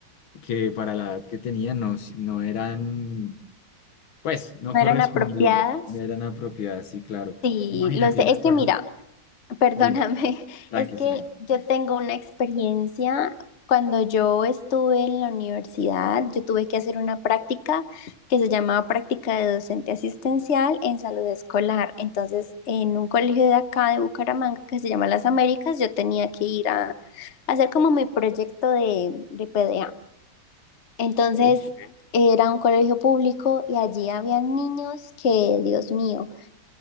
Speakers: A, on the left; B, on the left.
A: que para la edad que tenía no, s- no eran, pues no
B: no
A: correspondían,
B: eran apropiadas.
A: no eran apropiadas, sí, claro.
B: Sí,
A: Imagínate,
B: lo sé.
A: me
B: Es
A: acuerdo,
B: que mira, Perdóname,
A: dime,
B: <laughs>
A: tranqui,
B: es que
A: tranqui.
B: yo tengo una experiencia. Cuando yo estuve en la universidad, yo tuve que hacer una práctica que se llamaba práctica de docente asistencial en salud escolar. Entonces, en un colegio de acá de Bucaramanga que se llama Las Américas, yo tenía que ir a, a hacer como mi proyecto de, de PDA. Entonces,
A: ¿ok?
B: era un colegio público y allí había niños que, Dios mío,